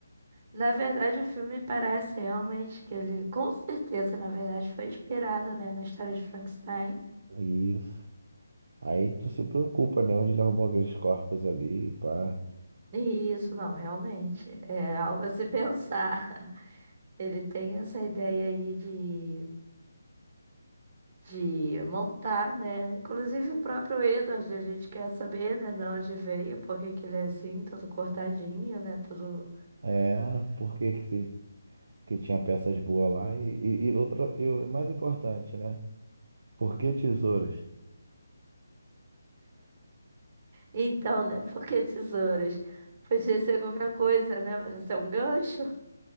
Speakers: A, on the right; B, on the right.
A: Na verdade, o filme parece realmente que ele, com certeza, na verdade, foi inspirado, né, na história de Frankenstein.
B: Isso. Aí tu se preocupa, né? Onde ele arrumou aqueles corpos ali, pá.
A: E Isso, não, realmente. É algo a se pensar. <laughs> Ele tem essa ideia aí de de montar, né? Inclusive o próprio Edward, a gente quer saber, né, de onde veio, por que que ele é assim, todo cortadinho, né, todo...
B: É, por que que, se- que tinha peças boas lá? E, e, e outra, e o mais importante, né? Por que tesouras?
A: Então, né, por que tesouras? Podia ser qualquer coisa, né? Podia ser um gancho.